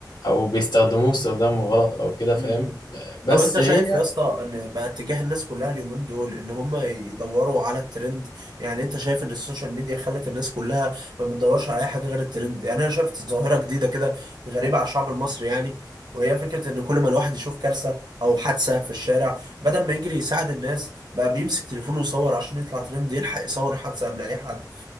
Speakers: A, on the left; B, on the right.
A: او بيستخدموه استخدام غلط او كده
B: مم.
A: فاهم بس
B: طب انت
A: هي
B: شايف يا اسطى ان بقى اتجاه الناس كلها اليومين دول ان هم يدوروا على الترند يعني انت شايف ان السوشيال ميديا خلت الناس كلها ما بتدورش على اي حاجه غير الترند يعني انا شفت ظاهره جديده كده غريبه على الشعب المصري يعني وهي فكره ان كل ما الواحد يشوف كارثه او حادثه في الشارع بدل ما يجري يساعد الناس بقى بيمسك تليفونه يصور عشان يطلع ترند يلحق يصور حادثه قبل اي حد